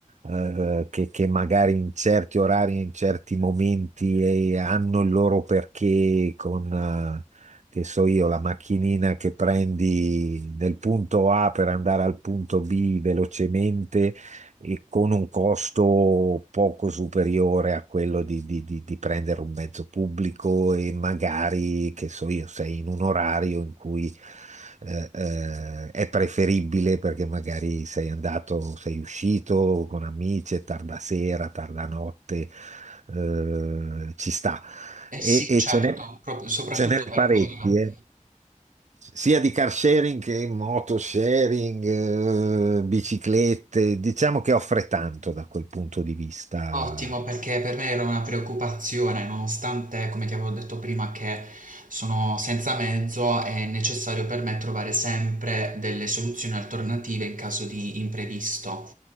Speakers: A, on the right; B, on the right.
A: eh, che, che magari in certi orari, in certi momenti eh, hanno il loro perché con, eh, che so io, la macchinina che prendi nel punto A per andare al punto B velocemente e con un costo poco superiore a quello di, di- di- di prendere un mezzo pubblico e magari, che so io, sei in un orario in cui eh, eh, è preferibile perché magari sei andato, sei uscito con amici, è tarda sera, tarda notte, eh, ci sta.
B: eh
A: E,
B: sì,
A: e
B: certo,
A: ce n'è
B: proprio soprattutto
A: ce n'è
B: per
A: parecchi,
B: quello.
A: eh sia di car sharing che moto sharing, eh, biciclette, diciamo che offre tanto da quel punto di vista.
B: Ottimo, perché per me era una preoccupazione, nonostante, come ti avevo detto prima, che sono senza mezzo, è necessario per me trovare sempre delle soluzioni alternative in caso di imprevisto.